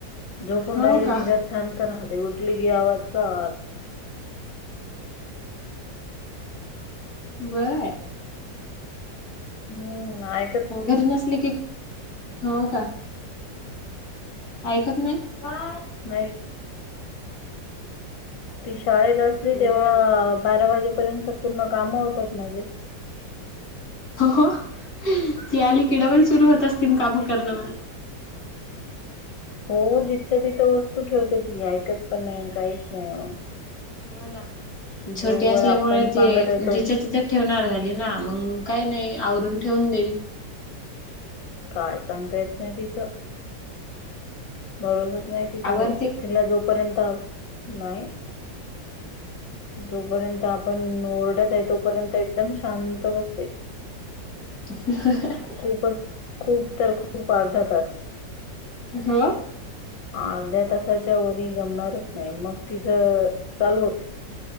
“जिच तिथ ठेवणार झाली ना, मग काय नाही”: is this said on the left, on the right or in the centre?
Left